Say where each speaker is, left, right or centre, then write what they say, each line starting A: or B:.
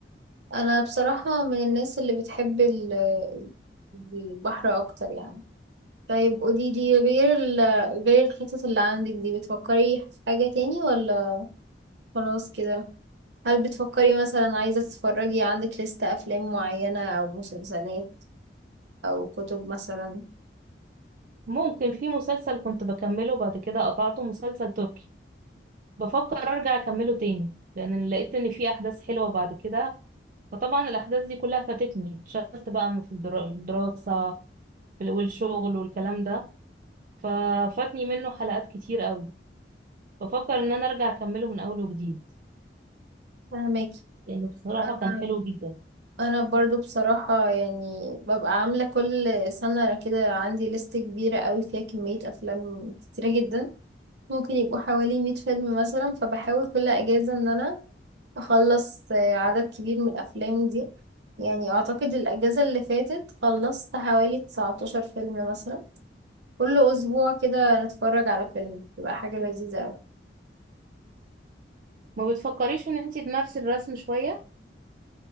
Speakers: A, on the right (about 75°); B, on the right (about 50°).
A: انا بصراحة من الناس اللي بتحب ال- البحر اكتر يعني طيب قولي لي غير ال غير الخطط اللي عندك دي بتفكري في حاجة تاني ولا خلاص كده هل بتفكري مثلا عايزة تتفرجي عندك لستة افلام معينة او مسلسلات او كتب مثلا
B: ممكن في مسلسل كنت بكمله بعد كده قطعته مسلسل تركي بفكر ارجع اكمله تاني لان لقيت ان في احداث حلوه بعد كده فطبعا الاحداث دي كلها فاتتني اتشغلت بقى في الدرا- الدراسه والشغل والكلام ده ففاتني منه حلقات كتير قوي بفكر ان انا ارجع اكمله من اول وجديد
A: فهمك
B: لانه بصراحه
A: انا
B: كان حلو جدا
A: انا برضو بصراحة يعني ببقى عاملة كل سنة كده عندي لست كبيرة قوي فيها كمية افلام كتيرة جدا ممكن يبقوا حوالي 100 فيلم مثلا فبحاول كل اجازة ان انا اخلص آه، عدد كبير من الافلام دي يعني اعتقد الاجازة اللي فاتت خلصت حوالي 19 فيلم مثلا كل اسبوع كده نتفرج على فيلم بتبقى حاجة لذيذة قوي
B: ما بتفكريش ان انتي تمارسي الرسم شويه